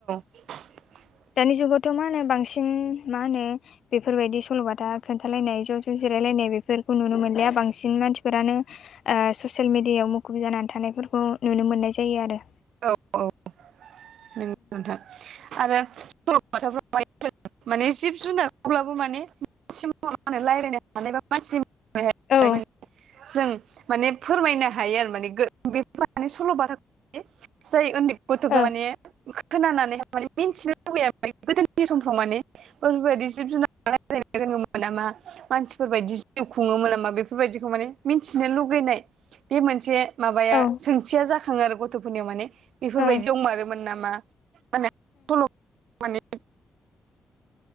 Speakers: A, on the right; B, on the left.
A: <inaudible>
B: दानि जुगावथ मा होनो बांसिन मा होनो बेफोरबायदि सल'बाथा खोन्थालायनाय ज' ज' जिरायलायनाय बेफोरखौ नुनो मोन लाया बांसिन मानसिफोरानो ओ ससियेल मिडियाव मुखुब जानानै थानायफोरखौ नुनो मोननाय जायो आरो।
A: औ औ नोंगौ नोंथां आरो <unintelligible> सल'बाथाफोराहाय माने जिब जुनारफोरब्लाबो माने मानसि महर रायलायनो <unintelligible> हानाय बा <unintelligible>
B: औ
A: जों माने फोरमायनो हायो आरो माने <unintelligible> सल' बाथाखो माने जाय ओन्दै गथ'फ्रा
B: औ
A: माने खोनानानैहाय माने मिन्थिनो लुबैयो आरो माने गोदोनि समफ्राव माने <unintelligible> <unintelligible> नामा मानसिफोरबायदि जिउ खुङोमोन नामा बेफोरबायदिखौ माने मिथिनो लुगैनाय बे मोनसे माबाया
B: औ
A: सोंथिया जाखाङो आरो गथ'फोरनियाव माने इफोरबायदि
B: औ
A: दंमारोमोन नामा माने सल' <unintelligible> माने